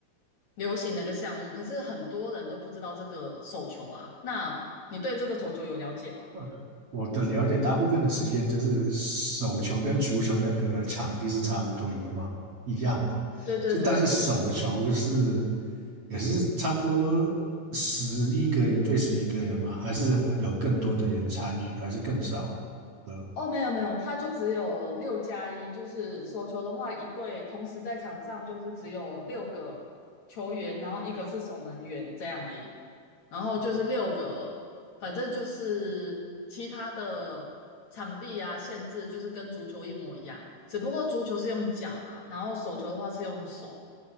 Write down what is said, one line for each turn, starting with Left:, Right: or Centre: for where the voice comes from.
Left: 流行的一个项目。可是很多人都不知道这个手球啊。那你对这个手球有了解吗？
Right: <laughs> 我的了解，大部分的时间就是手球跟足球那个场地是差不多一样一样嘛，
Left: 对对对。
Right: 就但是手球是也是差不多十一个人对十一个人吗？还是有更多的人参与，还是更少了？
Left: 哦，没有没有，他就只有六加一，就是手球的话，一队同时在场上就是只有六个球员，然后一个是守门员这样而已，然后就是六个，反正就是其他的场地啊限制就是跟足球一模一样，只不过足球是用脚啊，然后手球的话是用手，